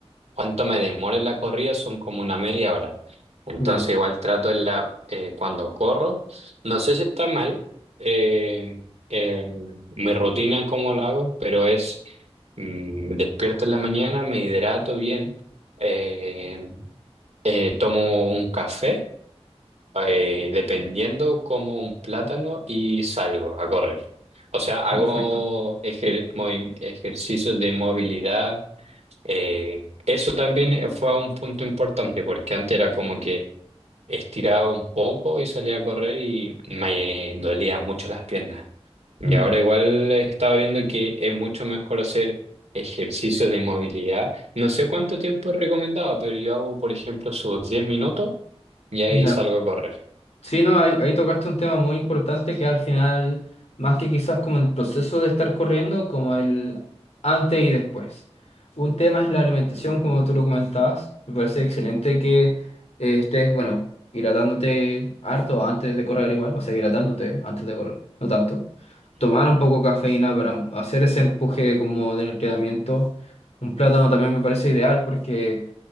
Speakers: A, on the right (about 80°); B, on the left (about 75°).
A: cuánto me demoro en la corrida son como una media hora. Entonces
B: Ya,
A: igual trato en la, eh, cuando corro, no sé si está mal, eh, el- mi rutina, cómo lo hago, pero es, mm, me despierto en la mañana, me hidrato bien, eh, eh, tomo un café eh, dependiendo como un plátano y salgo a correr. O sea, hago
B: ya, perfecto.
A: ejer- movi- ejercicios de movilidad. eh, eso también fue un punto importante porque antes era como que estiraba un poco y salía a correr y me dolía mucho las piernas. Y
B: Mm,
A: ahora igual estaba viendo que es mucho mejor hacer ejercicios de movilidad. No sé cuánto tiempo es recomendado, pero yo hago, por ejemplo, sus 10 minutos y ahí
B: ya.
A: salgo a correr.
B: Sí, no, ahí, ahí tocaste un tema muy importante que al final, más que quizás como el proceso de estar corriendo, como el antes y después. Un tema es la alimentación, como tú lo comentabas. Me parece excelente que eh, estés, bueno, hidratándote harto antes de correr igual, o sea, hidratándote antes de correr, no tanto. Tomar un poco de cafeína para hacer ese empuje como de entrenamiento. Un plátano también me parece ideal porque...